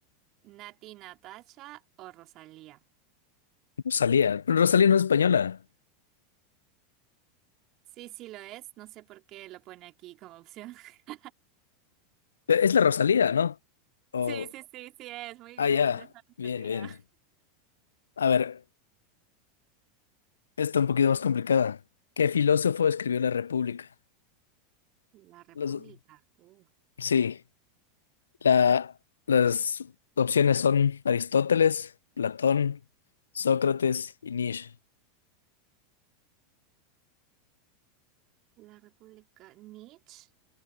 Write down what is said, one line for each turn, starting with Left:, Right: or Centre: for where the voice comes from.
Right: Nati Natasha o Rosalía.
Left: Rosalía. Pero Rosalía no es española.
Right: Sí, sí lo es. No sé por qué lo pone aquí como opción. <laughs>
Left: Pe- Es la Rosalía, ¿no? Oh,
Right: Sí, sí, sí, sí es. Muy bien,
Left: ah, ya.
Right: es la Rosalía.
Left: Bien, bien. A ver, está un poquito más complicada. ¿Qué filósofo escribió La República?
Right: La República.
Left: Los-
Right: Uh,
Left: sí, la, las opciones son Aristóteles, Platón, Sócrates y Nietzsche.
Right: la República. Nietzsche.